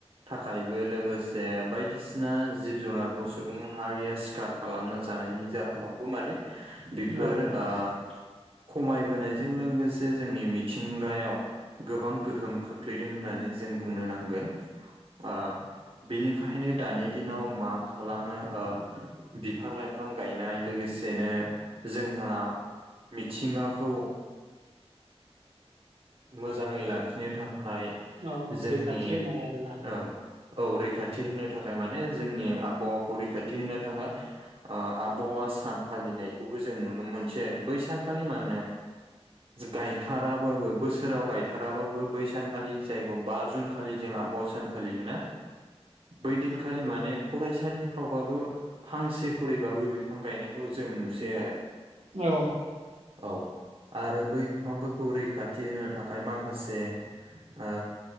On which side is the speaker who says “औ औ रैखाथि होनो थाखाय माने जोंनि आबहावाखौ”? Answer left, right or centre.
Right